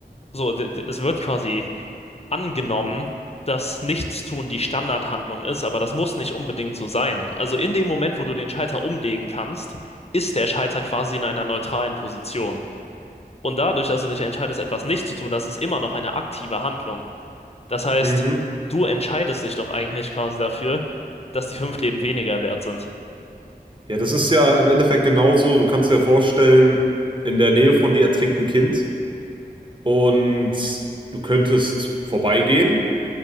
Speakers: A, on the left (about 40°); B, on the right (about 30°).
A: so, d- d- es wird quasi angenommen, dass Nichtstun die Standardhandlung ist, aber das muss nicht unbedingt so sein. Also in dem Moment, wo du den Schalter umlegen kannst, ist der Schalter quasi in einer neutralen Position. Und dadurch, dass du dich entscheidest, etwas nicht zu tun, das ist immer noch eine aktive Handlung. Das heißt,
B: Mhm.
A: du entscheidest dich doch eigentlich quasi dafür, dass die fünf Leben weniger wert sind.
B: Ja, das ist ja im Endeffekt genauso. Du kannst dir vorstellen, in der Nähe von dir ertrinkt ein Kind und du könntest vorbeigehen,